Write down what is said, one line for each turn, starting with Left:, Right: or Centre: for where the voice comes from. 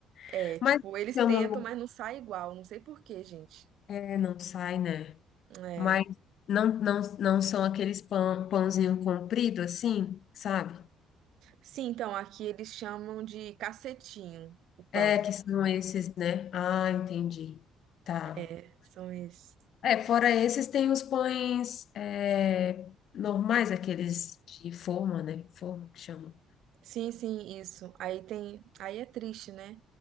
Right: É,
Left: <laughs>
Right: tipo,
Left: Mas
Right: eles
Left: chamam
Right: tentam,
Left: muito.
Right: mas não sai igual, não sei por quê, gente.
Left: É, não sai, né?
Right: É.
Left: Mas não, não, não são aqueles pão, pãozinho comprido assim, sabe?
Right: Sim, então aqui eles chamam de cacetinho o pão.
Left: É, que são esses, né? Ah, entendi. Tá.
Right: É, são esses.
Left: É, fora esses, tem os pães é, normais, aqueles de forma, né? Forma que chama.
Right: Sim, sim, isso. Aí tem, aí é triste, né?